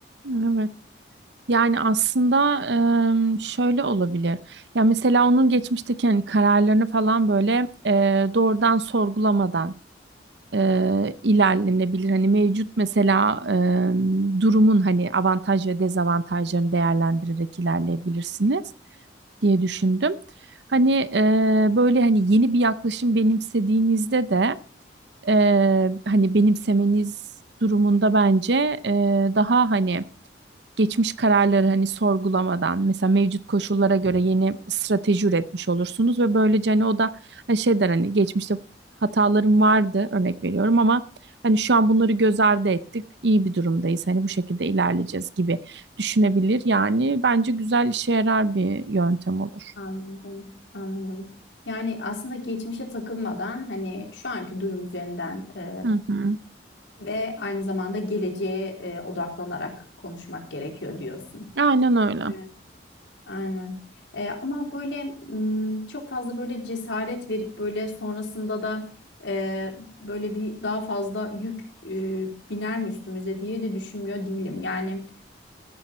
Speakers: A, on the right (about 70°); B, on the left (about 80°).
A: Evet. Yani aslında em, şöyle olabilir. Ya mesela onun geçmişteki hani kararlarını falan böyle e, doğrudan sorgulamadan e, ilerlenebilir. Hani mevcut mesela e, durumun hani avantaj ve dezavantajlarını değerlendirerek ilerleyebilirsiniz diye düşündüm. Hani e, böyle hani yeni bir yaklaşım benimsediğinizde de e, hani benimsemeniz durumunda bence e, daha hani geçmiş kararları hani sorgulamadan mesela mevcut koşullara göre yeni strateji üretmiş olursunuz ve böylece hani o da hani şey der hani geçmişte hatalarım vardı örnek veriyorum ama hani şu an bunları göz ardı ettik iyi bir durumdayız hani bu şekilde ilerleyeceğiz gibi düşünebilir yani bence güzel işe yarar bir yöntem olur.
B: Anladım, anladım. Yani aslında geçmişe takılmadan hani şu anki durum üzerinden e,
A: Hı hı.
B: ve aynı zamanda geleceğe e, odaklanarak konuşmak gerekiyor diyorsun.
A: Aynen öyle.
B: Evet. Aynen. E, ama böyle m, çok fazla böyle cesaret verip böyle sonrasında da e, böyle bir daha fazla yük e, biner mi üstümüze diye de düşünmüyor değilim. Yani